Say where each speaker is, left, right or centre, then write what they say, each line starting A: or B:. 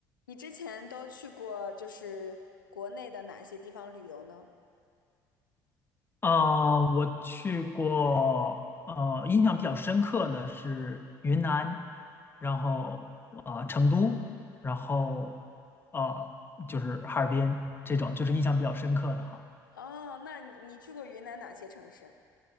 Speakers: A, on the left (about 80°); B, on the left (about 20°).
A: 你之前都去过就是国内的哪些地方旅游呢？
B: 啊、我去过，呃，印象比较深刻的是云南，然后啊、呃成都，然后呃，就是哈尔滨这种，就是印象比较深刻的哈。
A: 哦，那你你去过云南哪些城市？